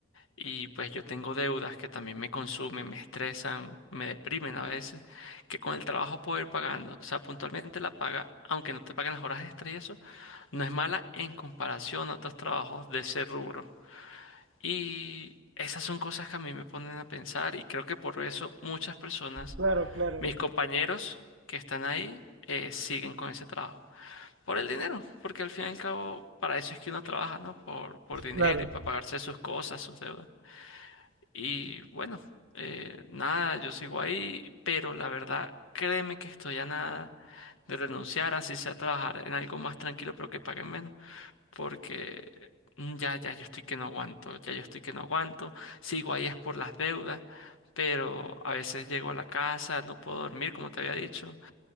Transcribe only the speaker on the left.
y pues yo tengo deudas que también me consumen, me estresan, me deprimen a veces, que con el trabajo puedo ir pagando, o sea, puntualmente la paga, aunque no te paguen las horas extras y eso No es mala en comparación a otros trabajos de ese rubro. Y esas son cosas que a mí me ponen a pensar y creo que por eso muchas personas,
mis compañeros que están ahí, eh, siguen con ese trabajo. Por el dinero, porque al fin y al cabo para eso es que uno trabaja, ¿no? Por, por dinero
y para pagarse sus cosas, sus deudas. Y bueno, eh, nada, yo sigo ahí, pero la verdad, créeme que estoy a nada de renunciar, así sea trabajar en algo más tranquilo, pero que paguen menos porque mm, ya, ya yo estoy que no aguanto, ya yo estoy que no aguanto, sigo ahí es por las deudas, pero a veces llego a la casa, no puedo dormir, como te había dicho,